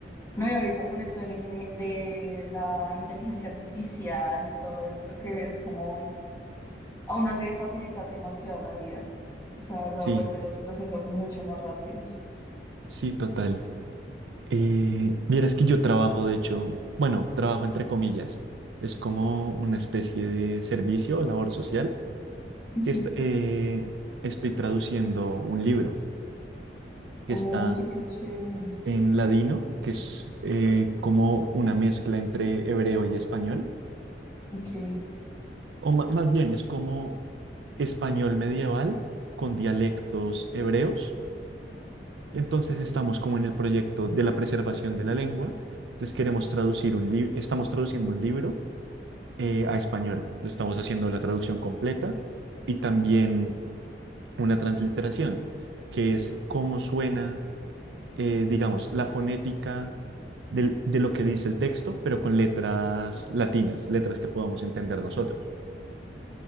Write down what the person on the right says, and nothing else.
Sí,
sí, total. Eh, vieras que yo trabajo, de hecho, bueno, trabajo entre comillas. Es como una especie de servicio o labor social
que est- eh, estoy traduciendo un libro que
está
en ladino, que es eh, como una mezcla entre hebreo y español,
o ma- más bien es como español medieval con dialectos hebreos Entonces estamos como en el proyecto de la preservación de la lengua. Entonces queremos traducir un libro, estamos traduciendo un libro eh, a español. Estamos haciendo la traducción completa y también una transliteración, que es cómo suena, eh, digamos, la fonética del- de lo que dice el texto, pero con letras latinas, letras que podamos entender nosotros.